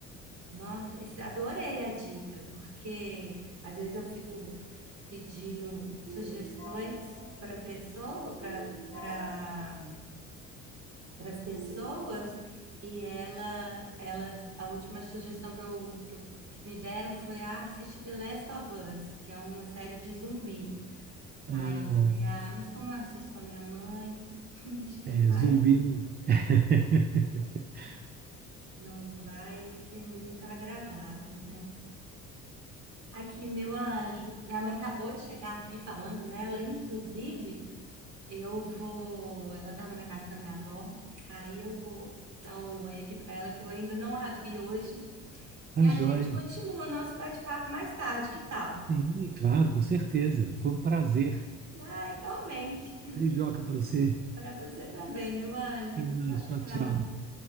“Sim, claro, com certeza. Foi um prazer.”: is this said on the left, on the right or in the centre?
Right